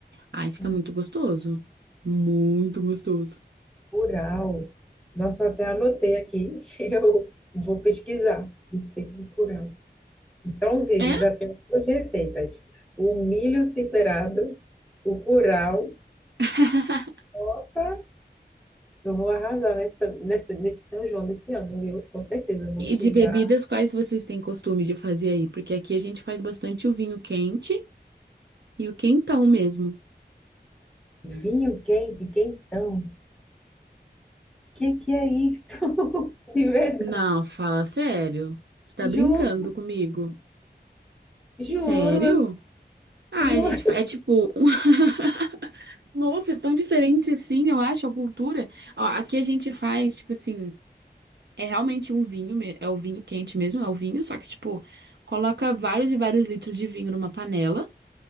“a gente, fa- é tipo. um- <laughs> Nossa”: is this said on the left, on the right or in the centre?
Right